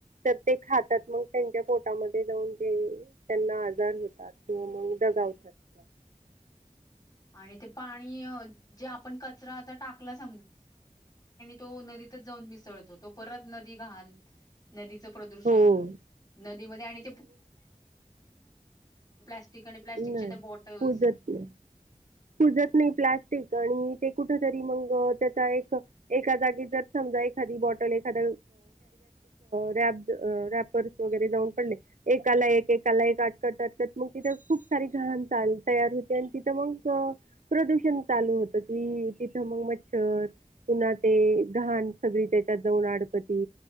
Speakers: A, on the right; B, on the left.
A: तर ते खातात मगं त्यांच्या पोटामध्ये जाऊन ते त्यांना आजार होतात किंवा मगं <unintelligible>
B: आणि ते पाणी जे आपण कचरा <inaudible> होऊन मिसळतो तो परत नदी घाण नदी <inaudible>
A: हो.
B: आणि प्लास्टिकच्या
A: नाही
B: त्या बॉटल्स
A: कुजत नाही. कुजत नाही प्लास्टिक आणि ते कुठं तरी मंग त्याचा एक एकद्या जागी जर समजा एखादी बॉटल एखादा <inaudible> रॅपर्स वगैरे जाऊन पडले एकाला एक एकाला एक अटकत अटकत मग तिथे खूप सारी घाण <unintelligible> प्रदूषण चालू होत तिथं मगं मच्छर पुन्हा ते घाण सगळीं त्याच्यात जाऊन अडकते